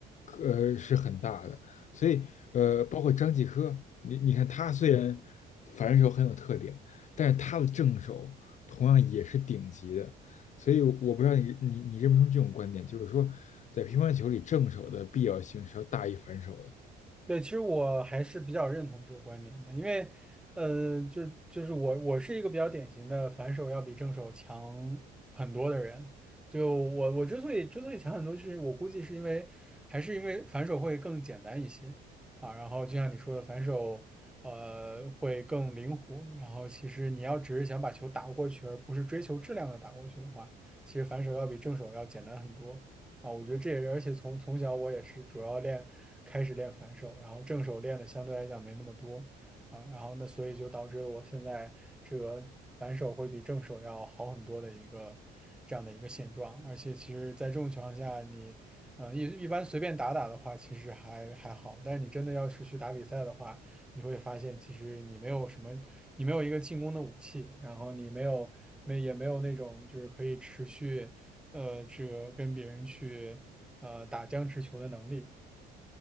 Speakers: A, on the left; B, in the centre.
A: 呃是很大的，所以呃包括张继科，你你看他虽然反手很有特点，但是他的正手同样也是顶级的，所以我不知道你你你认不认同这种观点，就是说在乒乓球里正手的必要性是要大于反手的，
B: 对，其实我还是比较认同这个观点的，因为，呃，就就是我我是一个比较典型的反手要比正手强很多的人。就我我之所以之所以强很多，是我估计是因为还是因为反手会更简单一些啊。然后就像你说的，反手呃会更灵活。然后其实你要只是想把球打过去，而不是追求质量的打过去的话，其实反手要比正手要简单很多。啊，我觉得这也是，而且从从小我也是主要练，开始练反手，然后正手练的相对来讲没那么多啊，然后那所以就导致了我现在这个反手会比正手要好很多的一个这样的一个现状，而且其实在这种情况下你，呃一一般随便打打的话，其实还还好，但是你真的要是去打比赛的话，你会发现其实你没有什么，你没有一个进攻的武器，然后你没有没也没有那种就是可以持续呃这个跟别人去呃打僵持球的能力。